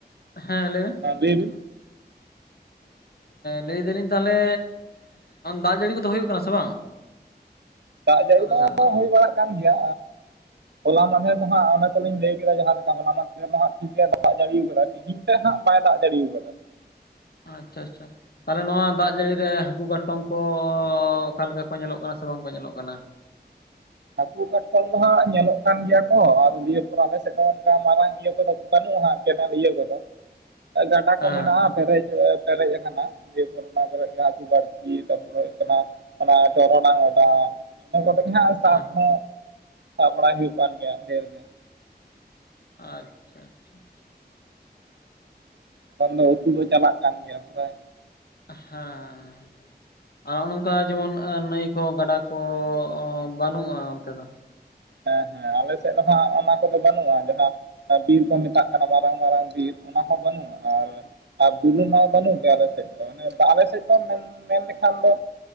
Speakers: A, on the left; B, on the right.
A: ᱦᱮᱸ ᱞᱟᱹᱭ ᱢᱮ?
B: ᱟᱵᱤᱱ
A: ᱞᱟᱹᱭ ᱮᱫᱟᱞᱤᱧ ᱛᱟᱦᱚᱞᱮ ᱫᱟᱜ ᱡᱟᱹᱲᱤ ᱠᱚᱫᱚ, ᱦᱩᱭᱩᱜ ᱠᱟᱱᱟ ᱥᱮ ᱵᱟᱝ?
B: ᱫᱟᱜ ᱡᱟᱹᱲᱤ
A: ᱟᱯᱮ
B: ᱫᱚ,
A: ᱥᱮᱱ
B: ᱦᱩᱭ ᱵᱟᱲᱟᱜ ᱠᱟᱱ ᱜᱮᱭᱟ᱾ ᱦᱚᱞᱟ ᱢᱟᱫᱷᱮᱨ ᱫᱚ ᱦᱟᱸᱜ ᱚᱱᱟ ᱛᱚᱞᱤᱧ ᱞᱟᱹᱭ ᱠᱮᱫᱟ, ᱡᱟᱦᱟᱸ ᱞᱮᱠᱟ ᱦᱚᱞᱟ ᱢᱟᱫᱷᱮᱨ ᱫᱚ ᱦᱟᱜ ᱴᱷᱤᱠ ᱜᱮ ᱫᱟᱜ ᱡᱟᱹᱲᱤᱣᱟ ᱟᱠᱟᱫᱟ᱾ ᱛᱤᱦᱤᱧ ᱦᱟᱸᱜ ᱵᱟᱭ ᱫᱟᱜ ᱫᱟᱲᱮ ᱟᱠᱟᱫᱟ᱾
A: ᱟᱪᱪᱷᱟ ᱟᱪᱪᱷᱟ᱾ ᱛᱟᱦᱚᱞᱮ ᱱᱚᱣᱟ ᱫᱟᱜ ᱡᱟᱹᱲᱤ ᱨᱮ ᱦᱟᱹᱠᱩ ᱠᱟᱴᱚᱢ ᱠᱚ, ᱚᱠᱟ ᱞᱮᱠᱟ ᱠᱚ ᱧᱮᱞᱚᱜ ᱠᱟᱱᱟ ᱥᱮ ᱵᱟᱝ ᱠᱚ ᱧᱮᱞᱚᱜ ᱠᱟᱱᱟ?
B: ᱦᱟᱹᱠᱩ ᱠᱟᱴᱠᱚᱢ ᱫᱚ ᱦᱟᱜ ᱧᱮᱞᱚᱜ ᱠᱟᱱ ᱜᱮᱭᱟ ᱠᱚ, ᱟᱨ ᱱᱤᱭ ᱯᱚᱨ ᱟᱞᱮ ᱥᱮᱫ ᱦᱚᱸ ᱚᱱᱠᱟ ᱢᱟᱨᱟᱝ ᱤᱭᱟᱹ ᱠᱚᱫᱚ ᱵᱟᱹᱱᱩᱜᱼᱟ, ᱠᱮᱱᱮᱞ ᱤᱭᱟᱹ ᱠᱚᱫᱚ ᱜᱟᱰᱟ
A: ᱦᱮᱸ
B: ᱠᱚ ᱢᱮᱱᱟᱜᱼᱟ᱾ ᱯᱮᱨᱮᱡ ᱯᱮᱨᱮᱡ ᱟᱠᱟᱱᱟ, ᱫᱤᱭᱮ ᱯᱚᱨ ᱚᱱᱟ ᱠᱚᱨᱮ ᱦᱟᱹᱠᱩ ᱵᱟᱹᱲᱥᱤ ᱛᱟᱯᱚᱨᱮ ᱦᱩᱭᱩᱜ ᱠᱟᱱᱟ ᱚᱱᱟ ᱴᱚᱨᱳᱴᱟᱝ ᱚᱰᱟᱣ ᱤᱱᱟᱹ ᱠᱚᱛᱮ ᱜᱮ ᱦᱟᱜ ᱥᱟᱵ
A: ᱦᱮᱸ
B: ᱦᱚᱸ, ᱥᱟᱵ ᱵᱟᱲᱟᱭ ᱦᱩᱭᱩᱜ ᱠᱟᱱ ᱜᱮᱭᱟ ᱰᱷᱮᱨ ᱜᱮ᱾
A: ᱟᱪᱪᱷᱟ ᱟᱪᱪᱷᱟ ᱾
B: ᱠᱷᱟᱱ ᱫᱚ ᱩᱛᱩ ᱫᱚ ᱪᱟᱞᱟᱜ ᱠᱟᱱ ᱜᱮᱭᱟ ᱯᱨᱟᱭ᱾
A: ᱦᱟᱸ ᱾ ᱟᱨ ᱱᱚᱝᱠᱟ ᱡᱮᱢᱚᱱ, ᱱᱟᱹᱭ ᱠᱚ ᱜᱟᱰᱟ ᱠᱚ ᱵᱟᱹᱱᱩᱜᱼᱟ ᱚᱱᱛᱮ ᱫᱚ᱾
B: ᱦᱮᱸ ᱦᱮᱸ, ᱟᱞᱮ ᱥᱮᱫ ᱦᱚᱸ ᱚᱱᱟ ᱠᱚᱫᱚ, ᱵᱟᱹᱱᱩᱜᱼᱟ ᱾ ᱡᱟᱦᱟᱸ ᱵᱤᱨ ᱠᱚ ᱢᱮᱛᱟᱜ ᱠᱟᱱᱟ, ᱢᱟᱨᱟᱝ ᱢᱟᱨᱟᱝ ᱵᱤᱨ ᱚᱱᱟ ᱦᱚᱸ ᱵᱟᱹᱱᱩᱜᱼᱟ ᱾ᱟᱨ ᱟᱨ ᱵᱩᱨᱩ ᱢᱟ ᱵᱟᱹᱱᱩᱜ ᱜᱮᱭᱟ ᱟᱞᱮ ᱥᱮᱫ ᱫᱚ ᱾ᱟᱞᱮ ᱥᱮᱫ ᱫᱚ ᱢᱮᱱ ᱞᱮᱠᱷᱟᱱ ᱫᱚ